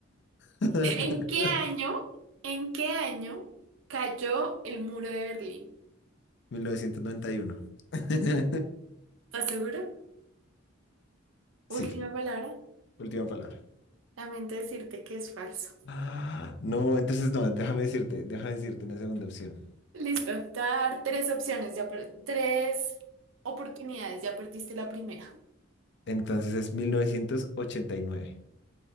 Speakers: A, on the left; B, on the right.
A: <laughs>
B: ¿En qué año? ¿En qué año cayó el muro de Berlín?
A: 1991. <laughs>
B: ¿Estás seguro? Última
A: Sí,
B: palabra.
A: última palabra.
B: Lamento decirte que es falso.
A: Ah, No, entonces no, déjame decirte, déjame decirte una segunda opción.
B: Listo. Te voy a dar tres opciones. Ya per- tres oportunidades. Ya perdiste la primera.
A: Entonces es 1989.